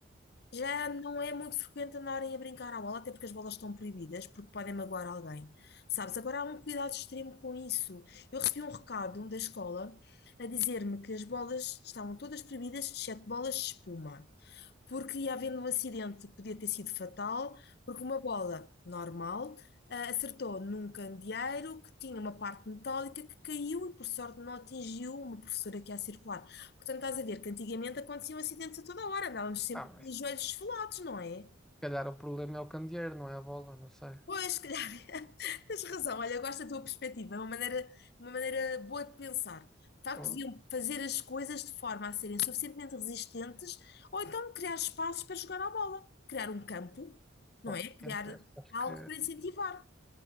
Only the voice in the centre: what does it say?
Ah, mas
se
calhar o problema é o candeeiro, não é a bola, não sei.
Ou-
bom,
quer dizer, acho
que